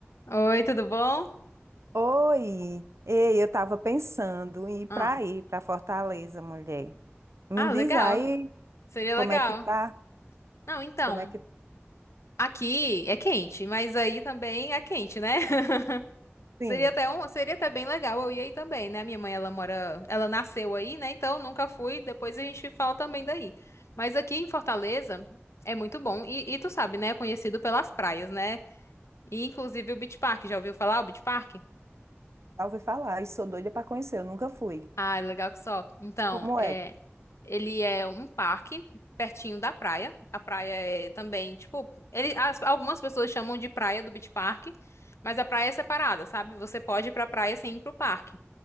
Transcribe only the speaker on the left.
Oi, tudo bom?
Ah,
ah,
legal.
Seria
legal.
Não, então,
aqui é quente, mas aí também é quente, né? <laughs>
Seria até um, seria até bem legal eu ir aí também, né? Minha mãe, ela mora, ela nasceu aí, né? Então nunca fui, depois a gente fala também daí. Mas aqui em Fortaleza é muito bom e, e tu sabe, né? É conhecido pelas praias, né? E inclusive o Beach Park, já ouviu falar o Beach Park?
Ah, é legal que só. Então,
é
Ele é um parque pertinho da praia. A praia é também, tipo, ele, as- algumas pessoas chamam de praia do Beach Park, mas a praia é separada, sabe? Você pode ir pra praia sem ir pro parque.